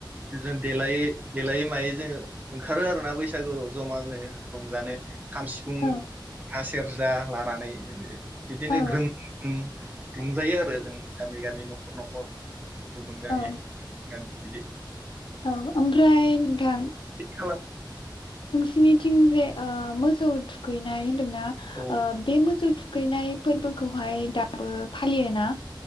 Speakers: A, on the right; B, on the left.
A: बिनो देलायै देलायै मायै जोङो ओंखारो आरो। बैसागु जमानो रंजानो। खाम, सिफुं,
B: औ
A: जथा सेरजा लानानै। <inaudible> बिदिनो
B: औ
A: ग्रोम गोम रंजायो आरो जों। गामि गामि न'खर न'खर। गुबुन गामि
B: औ
A: गामि बिदि
B: औ ओमफ्राय नोंथां
A: खालाम
B: सिनिथिं जे मोसौ थुखैनाय होनदोंना ओ
A: औ
B: बे मोसौ थु थुखैनाय फोरबोखौहाय दाबो फालियो ना